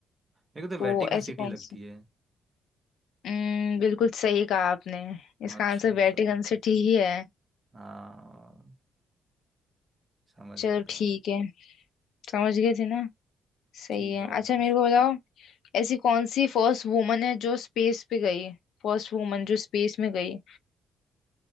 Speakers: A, on the right (about 30°); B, on the left (about 75°).
A: मेरे को तो
B: तो
A: वेटिकन
B: ऐसे
A: सिटी
B: कौन
A: लगती
B: सी
A: है
B: हम्म बिल्कुल सही कहा आपने इसका
A: अच्छा
B: आंसर वेटिकन
A: चलो
B: सिटी ही है
A: हाँ समझ
B: चलो
A: गया था
B: ठीक
A: मैं
B: है समझ गए थे ना सही
A: ठीक
B: है
A: है और
B: अच्छा
A: कुछ
B: मेरे को बताओ ऐसी कौन सी फर्स्ट वुमन है जो स्पेस पे गई फर्स्ट वुमन जो स्पेस में गई